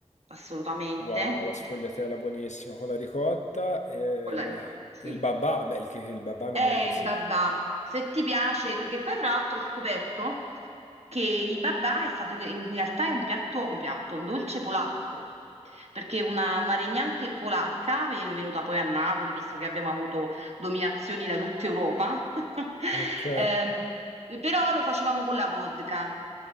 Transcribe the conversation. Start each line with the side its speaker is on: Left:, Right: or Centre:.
Right: assolutamente.
Left: Wow, la sfogliatella buonissima con la ricotta e,
Right: Quella lì, sì.
Left: e il babà. Vabbè, il, che- il babà non
Right: È il
Left: me lo consiglio.
Right: babà. Se ti piace, tu- che poi tra l'altro ho scoperto che il babà è stato, in realtà è un piatto, un piatto, un dolce polacco, perché una, una regnante polacca, ven- venuta poi a Napoli, visto che abbiamo avuto dominazioni da tutta Europa, <laughs>
Left: Ok.
Right: ehm, però lo facevano con la vodka.